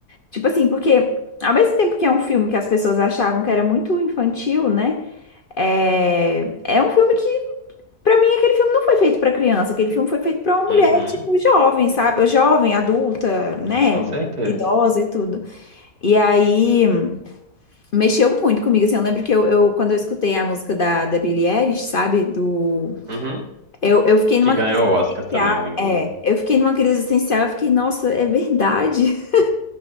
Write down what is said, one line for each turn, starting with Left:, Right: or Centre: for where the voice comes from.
Left: Tipo assim, porque ao mesmo tempo que é um filme que as pessoas achavam que era muito infantil, né? É, é um filme que Pra mim, aquele filme não foi feito pra criança, aquele filme foi feito pra uma mulher,
Right: Uhum.
Left: tipo, jovem, sabe? Jovem, adulta, né?
Right: Com certeza.
Left: Idosa e tudo. E aí, mexeu muito comigo, assim, eu lembro que eu, eu- quando eu escutei a música da, da Billie Eilish, sabe? Do...
Right: Uhum.
Left: Eu, eu fiquei numa
Right: Que ganhou
Left: crise
Right: o Oscar
Left: existencial,
Right: também, né, inclusive.
Left: é, eu fiquei numa crise existencial, eu fiquei, nossa, é verdade? <laughs>